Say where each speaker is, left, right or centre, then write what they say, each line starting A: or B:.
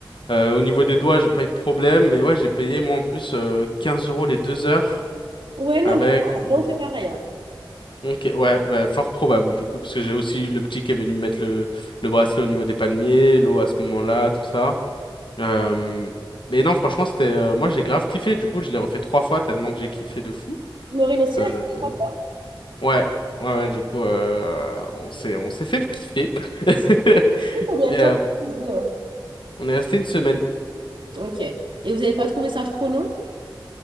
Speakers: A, on the left; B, on the right.
A: Euh, au niveau des doigts, j'ai pas eu de problème, mais ouais, j'ai payé moi en plus euh, 15 euros les deux heures
B: Ouais, non,
A: avec.
B: mais toi, on
A: euh,
B: fait pareil. hein.
A: Ok, ouais, bah, fort probable du coup, parce que j'ai aussi eu le petit qui est venu me mettre le, le bracelet au niveau des palmiers, l'eau à ce moment-là, tout ça. Euh, Mais non, franchement, c'était. euh, Moi, j'ai grave kiffé, du coup, je l'ai refait trois fois tellement que j'ai kiffé de fou.
B: Maureen aussi,
A: Euh,
B: elle a fait trois fois.
A: Ouais, ouais, ouais, du coup, euh, on s'est, on s'est fait kiffer. <laughs>
B: Tu sais combien
A: Et
B: de temps,
A: euh,
B: vous, hein
A: on est resté une semaine.
B: Ok. Et vous n'avez pas trouvé ça trop long?